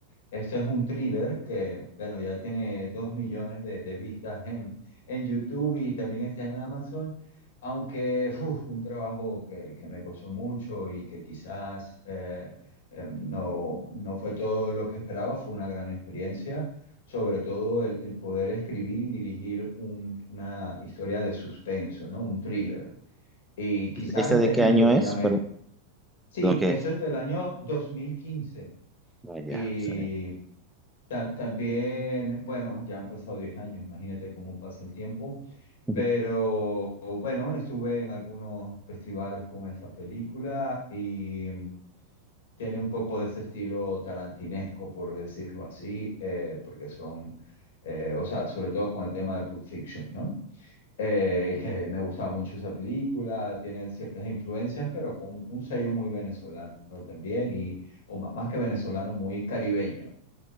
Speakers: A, on the left; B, in the centre.
A: Esto es un thriller que, bueno, ya tiene dos millones de, de vistas en, en YouTube y también está en Amazon, aunque uf, un trabajo que, que me gozó mucho y que quizás eh, eh, no, no fue todo lo que esperaba, fue una gran experiencia, sobre todo el, el poder escribir y dirigir un- una historia de suspenso, ¿no? Un thriller. Y quizás
B: Este- ¿Esta
A: este
B: de qué
A: género
B: año
A: te
B: es?
A: llame.
B: Perdón,
A: Sí,
B: ¿perdón, ¿qué
A: eso
B: es?
A: es del año dos mil quince
B: Ah, ya,
A: Y
B: está bien.
A: Ta- También, bueno, ya han pasado 10 años, imagínate cómo pasa el tiempo,
B: <laughs>
A: pero bueno, estuve en algunos festivales con esa película y mm, tiene un poco de ese estilo tarantinesco, por decirlo así, eh, porque son, eh, o sea, sobre todo con el tema de Pulp Fiction, ¿no? Eh, que me gustaba mucho esa película, tiene ciertas influencias, pero con un sello muy venezolano también, y, o ma- más que venezolano, muy caribeño.